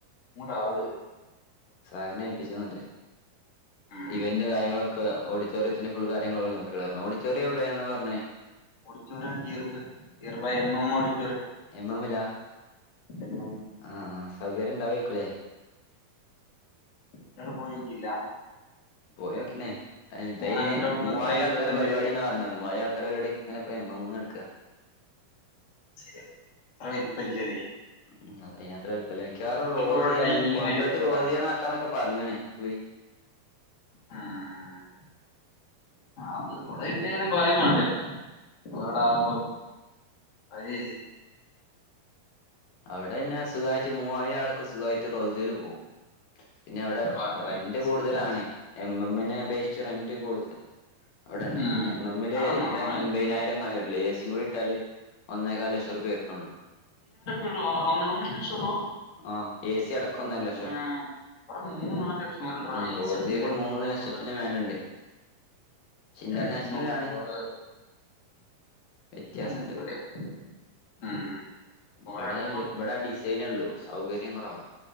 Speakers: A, on the left (about 30°); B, on the left (about 70°).
A: പാവ അഅ്
B: സാഗർനെ ഏൽപ്പിച്ചാ നല്ലത്.
A: ഉം
B: ഇവൻ്റ് കാര്യങ്ങളൊക്കെ ഓഡിറ്റോറിയത്തിന്റെ ഫുൾ കാര്യങ്ങള് ഓല് നോക്യോളും പർഞ്. ഓഡിറ്റോറിയം ഔടെന്നാ പറഞ്ഞേ
A: ഓഡിറ്റോറിയം കീയർമ്പ്. കീയർമ്പ് എമ് എമ് ഓഡി
B: എമ്മ എമ്മിലാ
A: എം
B: ആ സൗകര്യം ഉണ്ടാവേ ക്കുലേ
A: ഇയാൾ പോയിട്ടില്ല
B: പോയി നോക്കനേ അ ചൈന്നേ
A: അന്റോട്ന്ന്
B: മൂവായിം
A: എത്ര ഇരുപത്തഞ്ച്
B: ആൾക്കാർടെ പരിപാടി
A: കിലോ
B: പറഞ്ഞെ മൂവായിഴം ആൾക്കാർടെ പരിപാടി ഇങ്ങനെ എപ്പഴാ നമ്മൾ വന്ന്ട്ക
A: ശരിയാ അത്ര വലിപ്പം ഇലല്ലേ
B: ഉ അതിനത്ര അലക്കാറ് റോസ്
A: ഓരോ
B: ചെയന്ന്
A: ടൈമിങ്
B: കൊണ്ടോട്ടി
A: ആയിരിക്കും ഇവിടെ
B: റോസ്യന്ന ആക്കാന്നൊക്കെ പറഞ്ഞണേ പോയി
A: ഉം അത് അവിടെ ഇട്ടന പറയും വേണ്ടല്ല വാടാവുമ്പം
B: ഉം
A: അയ്
B: അവിടന്നെ സുഖായിട്ട് മൂവായിരം ആള് ക്കെ സുഖയിട്ട് റോസൽ പോം പിന്നെ അവിടെ
A: പറയാണ്
B: റെന്റ്
A: സുഖാ
B: കൂടുതലാണ് എം എംമ്മിനെ അപേക്ഷിച്ച് റെന്റ് കൂടുതൽ അവിടെനെ
A: ഉം
B: എം എംമ്മില്
A: അവിടെ
B: എത്ര
A: നാല്
B: എൺമ്പതിനായിരം
A: ന-
B: എങ്ങല്ല എ സി യും കൂടി ഇട്ടാല് ഒന്നേകാല് ലക്ഷം രൂപ വേരാനുള്ളു
A: ഉള്ളോ ഒന്ന് ഒന്നര ലക്ഷം ഉള്ളൂ.
B: ആ ഏ സി അടക്കം ഒന്നര ലക്ഷം
A: ആഹ് ഇവിടെ മൂന്ന് നാല് ലക്ഷം വരെയുണ്ടെടാ
B: ഉം
A: എ
B: റോസൽ
A: സി എടുക്കുമ്പോ ഇവിടെ
B: മൂന്ന് ലക്ഷത്തിന്
A: നാല്
B: മേലുണ്ട് ഇന്റർനാഷണലാണ്
A: ലക്ഷം ഉം കോട കയറുമ്പോ
B: വ്യത്യാസുണ്ട്
A: ഓഡിറ്റോറിയ ഉം കോട
B: ഇബിടെ
A: കയറുമ്പം
B: ഇബിടെ ഡിസൈനേ ള്ളു സൗകര്യം കൊറവാ